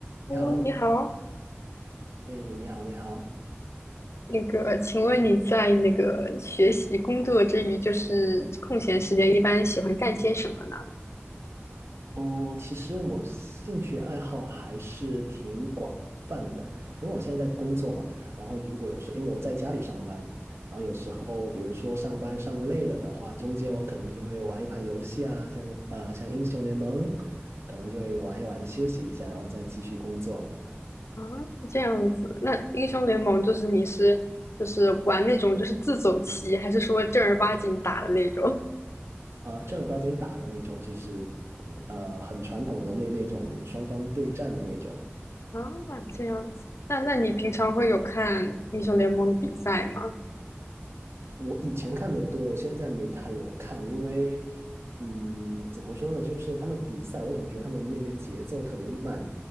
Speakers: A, on the left; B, on the right.
A: Hello，
B: 你好，
A: 你好。
B: 哎，你好，你好。
A: 那个，请问你在那个学习工作之余，就是空闲时间，一般喜欢干些什么呢？
B: 哦，其实我兴趣爱好还是挺广泛的，因为我现在在工作嘛。然后如果有时，因为我在家里上班，然后有时候，比如说上班上累了的话，中间我可能就会玩一盘游戏啊，像呃像英雄联盟，可能就会玩一玩休息一下，然后再继续工作。
A: 啊，这样子。那英雄联盟就是你是就是玩那种就是自走棋，还是说正儿八经打的那种？
B: 呃，正儿八经打的那种，就是呃很传统的那那种双方对战的那种。
A: <laughs> 啊，这样子。那那你平常会有看英雄联盟的比赛吗？
B: 我以前看的多，我现在没太有看，因为，嗯，怎么说呢，就是他们比赛，我总觉得他们那个节奏特别慢，